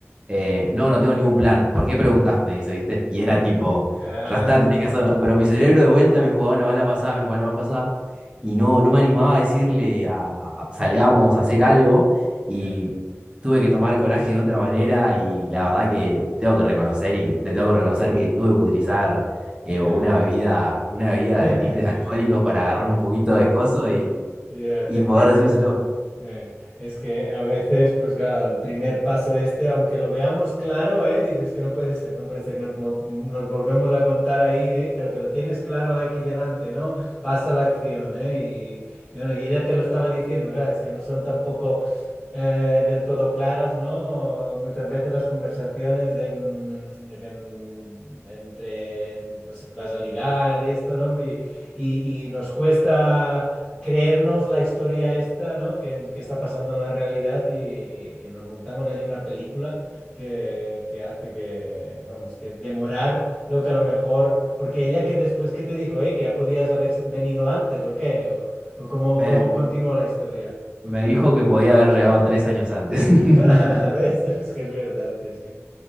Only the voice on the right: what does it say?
eh, no, no tengo ningún plan, ¿por qué preguntás? Me dice, ¿viste? Y era tipo,
ya está, tenés que hacerlo. Pero mi cerebro de vuelta me jugaba una mala pasada, me jugaba una mala pasada, y no, no me animaba a decirle, a, a- salgamos a hacer algo,
y tuve que tomar coraje de otra manera, y la
verdad que tengo que reconocer, y te tengo que reconocer que tuve que utilizar eh,
una bebida, una bebida
de tintes alcohólicos para agarrar un poquito de coso y,
y
poder decírselo.
Me,
me dijo que podía haber llegado tres años antes. <laughs>